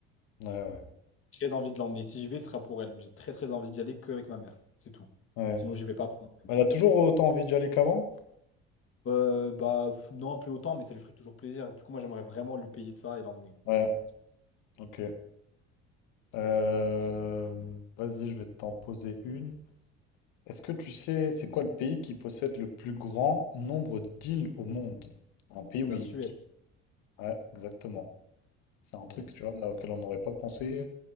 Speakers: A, on the left; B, on the left.
A: Ouais, ouais.
B: j'ai très envie de l'emmener. Si j'y vais, ce sera pour elle, mais j'ai très très envie d'y aller que avec ma mère. C'est tout.
A: Ouais.
B: Sinon, j'y vais pas pour moi-même.
A: Elle a toujours autant envie d'y aller qu'avant?
B: Euh, bah pff, non, plus autant, mais ça lui ferait toujours plaisir. Du coup, moi, j'aimerais vraiment lui payer ça et l'emmener. Vraiment.
A: Ouais, ok. Euh, Vas-y, je vais t'en poser une. Est-ce que tu sais, c'est quoi le pays qui possède le plus grand nombre d'îles au monde? Un pays, oui.
B: La Suède.
A: Ouais, exactement. C'est un
B: Ouais,
A: truc, tu vois, auquel on n'aurait pas pensé.